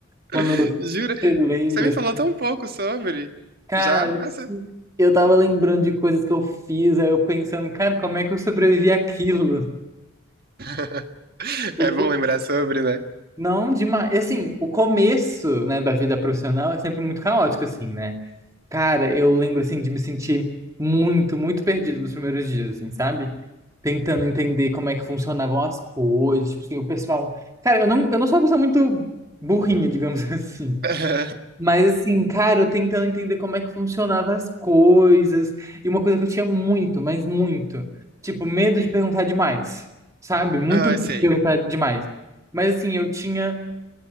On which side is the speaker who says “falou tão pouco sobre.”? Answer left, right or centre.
Right